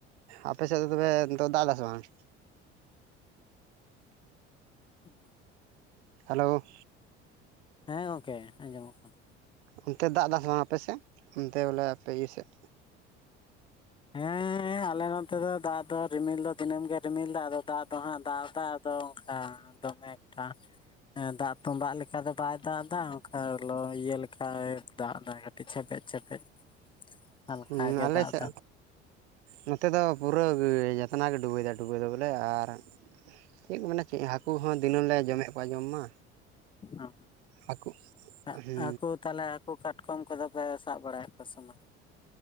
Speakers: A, on the right; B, on the left.
A: ᱟᱯᱮᱥᱮᱫ ᱫᱚ ᱛᱚᱵᱮ ᱫᱟᱜ ᱮᱫᱟ ᱥᱮ ᱵᱟᱝ
B: ᱦᱮᱸ
A: ᱦᱮᱞᱳ
B: ᱦᱮᱸ ᱜᱚᱝᱠᱮ ᱟᱸᱡᱚᱢᱚᱜ ᱠᱟᱱᱟ
A: ᱚᱱᱛᱮ ᱫᱟᱜ ᱫᱟᱥ ᱵᱟᱝ ᱟᱯᱮᱥᱮᱫ ᱚᱱᱛᱮ ᱵᱚᱞᱮ ᱟᱯᱮ ᱤᱭᱟᱹ ᱥᱮᱫ
B: ᱦᱮᱸ ᱦᱮᱸ ᱟᱞᱮ ᱱᱚᱛᱮ ᱫᱚ ᱫᱟᱜ ᱫᱚ ᱨᱤᱢᱤᱞ ᱫᱚ ᱫᱤᱱᱟᱹᱢ ᱜᱮ ᱨᱤᱢᱤᱞᱫᱟ ᱟᱫᱚ ᱫᱟᱜ ᱫᱚ ᱦᱟᱸᱜ ᱫᱟᱜ ᱮᱫᱟ ᱟᱫᱚ ᱚᱱᱠᱟ ᱫᱚᱢᱮ ᱮᱠᱴᱟ ᱮᱸ ᱫᱟᱜ ᱛᱚᱵᱟᱸᱜ ᱞᱮᱠᱟ ᱫᱚ ᱵᱟᱭ ᱫᱟᱜ ᱮᱫᱟ ᱚᱱᱠᱟ ᱤᱭᱟᱹ ᱞᱮᱠᱟᱭ ᱫᱟᱜ ᱮᱫᱟ ᱟᱪᱪᱷᱟ ᱟᱪᱪᱷᱟ <unintelligible> ᱦᱟᱞᱠᱟᱜᱮ
A: ᱦᱩᱸ ᱟᱞᱮ
B: ᱫᱟᱜ
A: ᱥᱮᱫ
B: ᱫᱚ
A: ᱱᱚᱛᱮ ᱫᱚ ᱯᱩᱨᱟᱹ ᱡᱚᱛᱚᱱᱟᱜ ᱜᱮ ᱰᱩᱵᱟᱹᱭᱮᱫᱟ ᱰᱩᱵᱟᱹᱭ ᱫᱚ ᱵᱚᱞᱮ ᱟᱨ ᱪᱮᱫ ᱠᱚ ᱢᱮᱱᱟ ᱪᱮᱫ ᱦᱟᱹᱠᱩ ᱦᱚᱸ ᱫᱤᱱᱟᱹᱢ ᱞᱮ ᱡᱚᱢᱮᱫ ᱠᱚᱣᱟ ᱡᱚᱢ ᱢᱟ
B: ᱚ
A: ᱦᱟᱹᱠᱩ
B: ᱚ
A: ᱦᱩᱸ
B: ᱦᱟᱹᱠᱩ ᱛᱟᱦᱚᱞᱮ ᱦᱟᱹᱠᱩ ᱠᱟᱴᱠᱚᱢ ᱠᱚᱫᱚ ᱯᱮ ᱥᱟᱵ ᱵᱟᱲᱟᱭᱮᱫ ᱠᱚ ᱥᱮ ᱵᱟᱝ